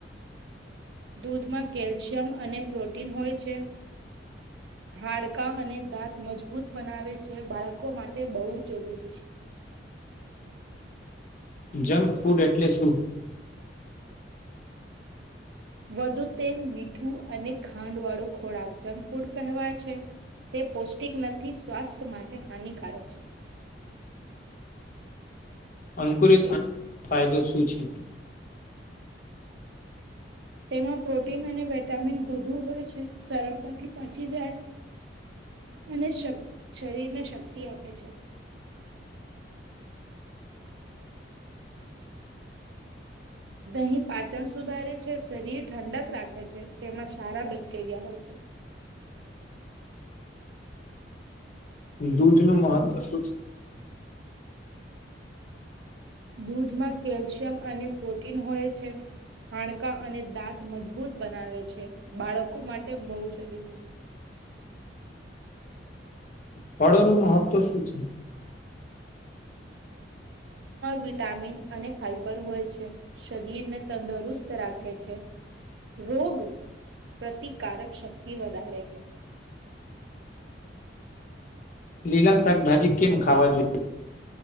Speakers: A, on the right; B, on the left.
A: દૂધમાં કેલ્શિયમ અને પ્રોટીન હોય છે હાડકા અને દાંત મજબૂત બનાવે છે બાળકો માટે બહુ જરૂરી છે
B: જંક ફૂડ એટલે શું
A: વધુ તેલ મીઠું અને ખાંડ વાળો ખોરાક જંક ફૂડ કહેવાય છે તે પૌષ્ટિક નથી સ્વાસ્થ્ય માટે હાનિકારક છે
B: અંકુરિત ફાયદો શું છે
A: તેમાં પ્રોટીન અને વટામિન વધુ હોય છે સરળતાથી પચી જાય અને શક્ શરીર ને શક્તિ આપે છે દહીં પાચન સુધારે છે શરીર ઠંડક રાખે છે તેમાં સારા બેક્ટેરિયા હોય છે
B: દૂધ નું મહત્વ શું છે
A: દૂધમાં કેલ્શિયમ અને પ્રોટીન હોય છે હાડકા અને દાંત મજબૂત બનાવે છે બાળકો માટે બહુ જરૂરી છે
B: ફળો નું મહત્વ શું છે
A: વિટામિન અને ફાઈબર હોય છે શરીર ને તંદુરુસ્ત રાખે છે રોગ પ્રતિકારક શક્તિ વધારે છે
B: લીલા શાકભાજી કેમ ખાવા જોઈએ